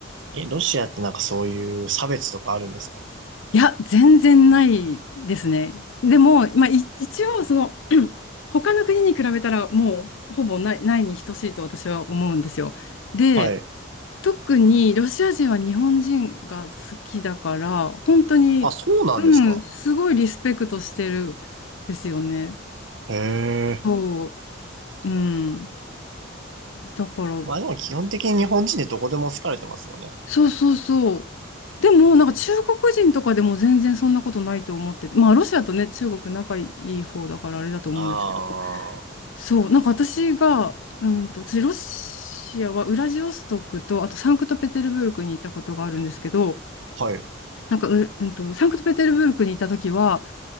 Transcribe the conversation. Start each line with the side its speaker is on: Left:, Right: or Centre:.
Right: え、ロシアってなんかそういう差別とかあるんですか
Left: いや、全然ないですね。でも、まあ、い一応、その、<clears throat> 他の国に比べたら、もう、ほぼない、ないに等しいと私は思うんですよ。で、
Right: はい。
Left: 特にロシア人は日本人が好きだから、本当に、
Right: あ、そうなんですか
Left: うん、すごいリスペクトしてるんですよね。
Right: へえ。
Left: そう、うん。だから、
Right: まあでも基本的に日本人でどこでも好かれてますよね。
Left: そうそうそう。でも、なんか中国人とかでも全然そんなことないと思ってて、まあロシアとね、中国仲いい方だからあれだと思うんですけど、
Right: ああー、
Left: そう、なんか私が、うんと、私ロシアはウラジオストクと、あとサンクトペテルブルクに行ったことがあるんですけど、
Right: はい、
Left: なんかう、うんと、サンクトペテルブルクに行った時は、